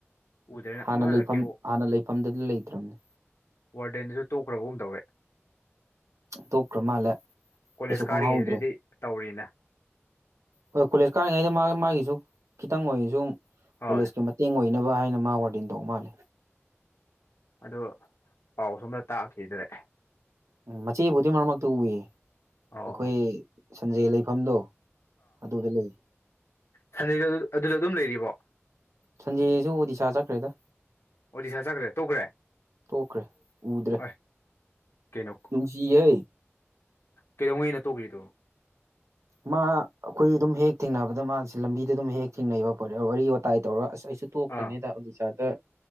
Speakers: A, on the left (about 60°); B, on the right (about 80°).
A: ꯎꯗ꯭ꯔꯦꯅꯦ
B: ꯍꯥꯟꯅ
A: ꯑꯃ
B: ꯂꯩꯐꯝ
A: ꯀꯩꯅꯣ
B: ꯍꯥꯟꯅ ꯂꯩꯐꯝꯗꯨꯗꯤ ꯂꯩꯇ꯭ꯔꯕꯅꯦ
A: ꯋꯥꯔꯗꯦꯟꯗꯨꯁꯨ ꯇꯣꯛꯈ꯭ꯔꯕꯒꯨꯝ ꯇꯧꯋꯦ
B: ꯇꯣꯛꯈ꯭ꯔ ꯃꯥꯜꯂꯦ
A: ꯀꯣꯂꯦꯖ
B: ꯑꯩꯁꯨ ꯈꯪꯍꯧꯗ꯭ꯔꯦ
A: ꯀꯥꯔꯤꯉꯩꯗꯗꯤ ꯇꯧꯔꯤꯅ
B: ꯍꯣꯏ ꯀꯣꯂꯦꯖ ꯀꯥꯔꯤꯉꯩꯗ ꯃꯥ ꯃꯥꯒꯤꯁꯨ ꯈꯤꯇꯪ ꯑꯣꯏꯔꯤꯁꯨ ꯀꯣꯂꯦꯖꯀꯤ
A: ꯍꯣꯏ
B: ꯃꯇꯦꯡ ꯑꯣꯏ ꯐꯣꯏꯅꯕ ꯍꯥꯏꯅ ꯃꯥ ꯋꯥꯔꯗꯦꯟ ꯇꯧꯕ ꯃꯥꯜꯂꯦ
A: ꯑꯗꯣ ꯄꯥꯎ ꯁꯣꯝꯗ ꯇꯥꯛꯈꯤꯗꯔꯦ
B: ꯎꯝ ꯃꯆꯦꯕꯨꯗꯤ ꯃꯔꯛ ꯃꯔꯛꯇ ꯎꯏ
A: ꯑꯣ
B: ꯑꯩꯈꯣꯏ ꯁꯟꯖꯦ ꯂꯩꯐꯝꯗꯣ ꯑꯗꯨꯗ ꯂꯩ
A: ꯁꯟꯖꯦꯒ ꯗꯣ ꯑꯗꯨꯗ ꯑꯗꯨꯝ ꯂꯩꯔꯤꯕꯣ
B: ꯁꯟꯖꯦꯁꯨ ꯑꯣꯗꯤꯁꯥ ꯆꯠꯈ꯭ꯔꯦꯗ
A: ꯑꯣꯗꯤꯁꯥ ꯆꯠꯈ꯭ꯔꯦ ꯇꯧꯈ꯭ꯔꯦ
B: ꯇꯣꯛꯈ꯭ꯔꯦ ꯎꯗ꯭ꯔꯦ
A: ꯑꯥꯏ ꯀꯩꯅꯣ
B: ꯅꯨꯡꯁꯤꯍꯦ
A: ꯀꯩꯗꯧꯉꯩꯅꯣ ꯇꯣꯛꯈ꯭ꯔꯤꯗꯣ
B: ꯃꯥ ꯑꯩꯈꯣꯏ ꯑꯗꯨꯝ ꯍꯦꯛ ꯊꯦꯡꯅꯕꯗ ꯃꯥꯁꯦ ꯂꯝꯕꯤꯗ ꯑꯗꯨꯝ ꯍꯦꯛ ꯊꯦꯡꯅꯩꯕ ꯄꯣꯠ ꯋꯥꯔꯤ ꯋꯥꯇꯥꯏ ꯇꯧꯔꯒ ꯑꯁ ꯑꯩ ꯁꯨ ꯇꯣꯛꯈ꯭ꯔꯅꯤꯗ
A: ꯑꯥ
B: ꯎꯗꯤꯁꯥꯗ